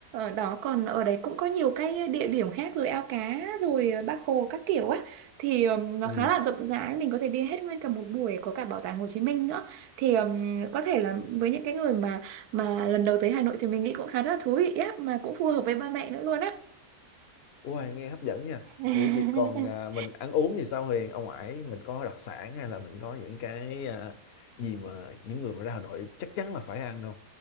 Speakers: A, on the right; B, on the left.
A: ở đó còn ở đấy cũng có nhiều cái địa điểm khác rồi ao cá rồi ờ, Bác Hồ các kiểu ấy thì ừm, nó
B: Ừ.
A: khá là rộng rãi mình có thể đi hết nguyên cả một buổi có cả bảo tàng Hồ Chí Minh nữa thì ừm, có thể là với những cái người mà mà lần đầu tới Hà Nội thì mình nghĩ cũng khá là thú vị á mà cũng phù hợp với ba mẹ nữa luôn á
B: Ui, nghe hấp dẫn nha.
A: <laughs>
B: Ủa vậy còn à, mình ăn uống thì sao Huyền? Ở ngoài mình có đặc sản hay là mình có những cái à, gì mà những người mà ra Hà Nội chắc chắn là phải ăn không?